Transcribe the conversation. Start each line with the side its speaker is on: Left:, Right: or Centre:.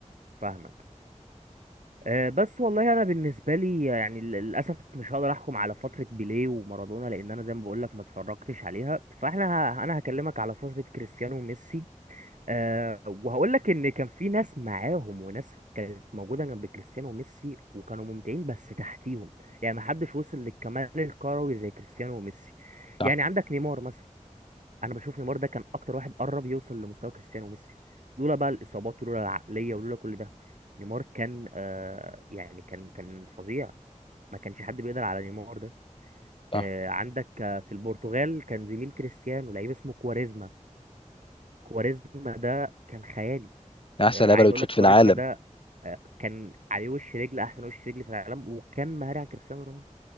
Right: فاهمك آه، بس والله انا بالنسبة لي يعني لل- للأسف مش هقدر احكم على فترة بيليه ومارادونا لان انا زي ما بقولك ما اتفرجتش عليها فاحنا ه- انا هكلمك على فترة كريستيانو وميسي أه وهقول لك ان كان في ناس معاهم وناس كانت موجوده جنب كريستيانو وميسي وكانوا ممتعين بس تحتيهم يعني ما حدش وصل للكمال الكروي زي كريستيانو وميسي
Left: صح
Right: يعني عندك نيمار مثلا انا بشوف نيمار ده كان اكتر واحد قرب يوصل لمستوى كريستيانو وميسي لولا بقى الاصابات ولولا العقليه ولولا كل ده نيمار كان أه يعني كان كان فظيع ما كانش حد بيقدر على نيمار ده
Left: صح
Right: أه عندك آه، في البرتغال كان زميل كريستيانو لعيب اسمه كواريزما كواريزما ده كان خيالي
Left: من احسن
Right: آه،
Left: لعيبه
Right: عايز
Left: اللي
Right: اقول
Left: بتشوط
Right: لك
Left: في
Right: كواريزما
Left: العالم
Right: ده آه، كان عليه وش رجل احسن وش رجل في العالم وكان مهاري على كريستيانو رونالدو